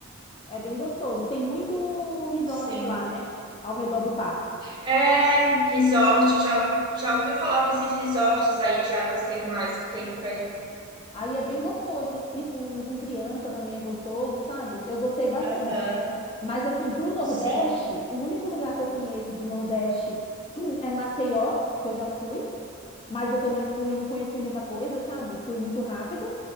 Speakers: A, on the left (about 25°); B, on the right (about 20°).
A: É bem gostoso. Tem muito resort
B: Sim.
A: lá, né? Ao redor do parque.
B: É, resort, já ouvi, já ouvi falar desses resorts aí de águas termais que tem por aí.
A: Aí é bem gostoso. E com, com criança também é gostoso, sabe? Eu gostei bastante.
B: Aham.
A: Mas assim, pro Nordeste,
B: Sim.
A: o único lugar que eu conheço do Nordeste <clears throat> é Maceió, que eu já fui. Mas eu também fui, não conheci muita coisa, sabe? Fui muito rápido.